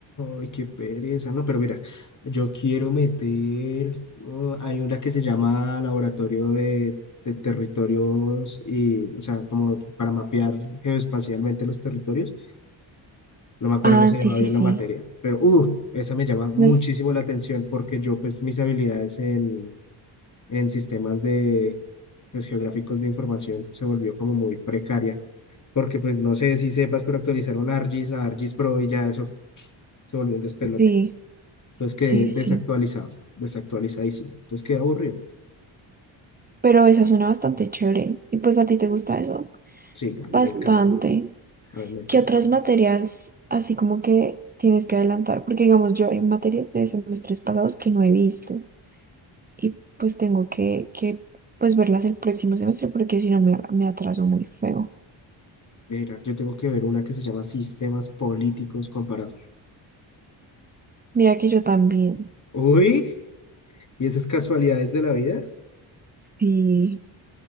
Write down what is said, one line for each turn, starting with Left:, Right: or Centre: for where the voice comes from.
Left: Ay, qué pereza. No, pero mira, yo quiero meter. oh, hay una que se llama Laboratorio de, de Territorios y, o sea, como para mapear geoespacialmente los territorios. No me acuerdo
Right: Ah,
Left: cómo se
Right: sí,
Left: llamaba
Right: sí,
Left: bien
Right: sí.
Left: la materia, pero, uh, esa me llama muchísimo
Right: No es-
Left: la atención porque yo, pues, mis habilidades en en sistemas de pues, geográficos de información se volvió como muy precaria, porque pues no sé si sepas, pero actualizaron ArcGIS a ArcGIS Pro y ya eso se volvió un despelote.
Right: sí,
Left: Entonces quedé
Right: sí, sí.
Left: desactualizado, desactualizadísimo. Entonces quedé aburrido.
Right: Pero esa suena bastante chévere. Y pues a ti te gusta eso
Left: Sí, a
Right: bastante.
Left: mí me encanta, a mí me encanta.
Right: ¿Qué otras materias así como que tienes que adelantar? Porque digamos, yo hay materias de semestres pasados que no he visto. y pues tengo que, que pues verlas el próximo semestre porque si no me, me atraso muy feo.
Left: Mira, yo tengo que ver una que se llama Sistemas Políticos Comparados.
Right: Mira que yo también,
Left: Uy, ¿y esas casualidades de la vida?
Right: sí,